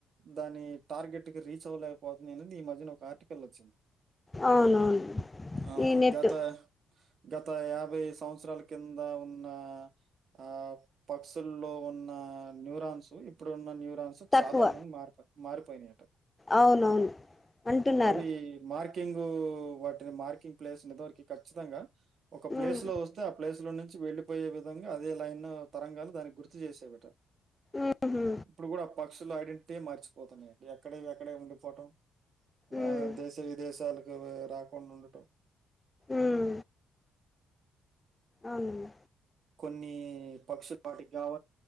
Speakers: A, on the right; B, on the left.
A: దాని టార్గెట్ కి రీచ్ అవ్వలే పోతుంది అనేది ఈ మధ్యన ఒక ఆర్టికల్ వచ్చింది
B: అవునవును
A: ఆ
B: ఈ నెట్
A: గత గత యాభై సంవత్సరాల కింద ఉన్న ఆ తుల్లో ఉన్న న్యూరాన్స్ ఇప్పుడున్న న్యూరాన్స్
B: తక్కువ
A: చాలా విధంగా మారిపా మారిపోయినట
B: అవునవును అంటున్నారు
A: అవి మార్ కింగ్ వాటిని మార్కింగ్ ప్లేస్ ఇదివరకి ఖచ్చితంగా ఒక ప్లేస్
B: ఉమ్
A: లో వస్తే ఆ ప్లేస్ లో నుంచి వెళ్ళలిపోయే విధంగా అదే లైన్ తరంగాలి దాని గుర్తు చేసాయట
B: ఉహు
A: ఇప్పుడు కూడా పక్ పక్షులు ఐడెంటిటీ మరిచిపోతున్నాయి ఎక్కడవి అక్కడే ఉడిపోవటం
B: ఉమ్
A: ఆ దేశ విదేశాలకు రాకుండా ఉండటం
B: ఉమ్ అవును
A: కొన్ని పక్షులు వాటికి కావ